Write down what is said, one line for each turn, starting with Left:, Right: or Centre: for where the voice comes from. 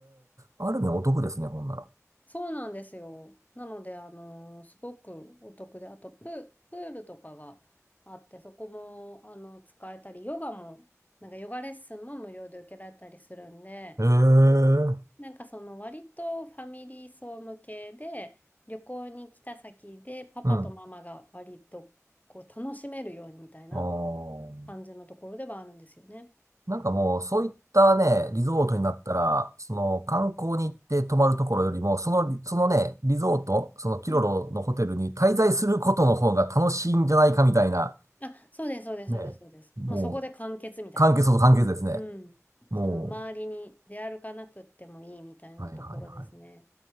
Right: ある意味お得ですね、ほんなら。
Left: そうなんですよ。なので、あのーすごくお得で、あとプ、プールとかがあって、そこも、あの、使えたり、ヨガも、なんかヨガレッスンも無料で受けられたりするんで、
Right: へえ。
Left: なんかその割とファミリー層向けで、旅行に来た先でパパとママが割とこう楽しめるようにみたいな
Right: うん。ああ。
Left: 感じのところではあるんですよね。
Right: なんかもう、そういったね、リゾートになったら、その観光に行って泊まるところよりも、その、そのね、リゾート、そのキロロのホテルに滞在することの方が楽しいんじゃないかみたいな、
Left: うんあ、そうです、そうです、
Right: ね、
Left: そうです、そうです。もうそこで完結みたいな。
Right: もう、関係そうと関係ですね。
Left: うん。
Right: も
Left: その周りに出歩かなくってもいいみたいなところですね。
Right: う、はいはいは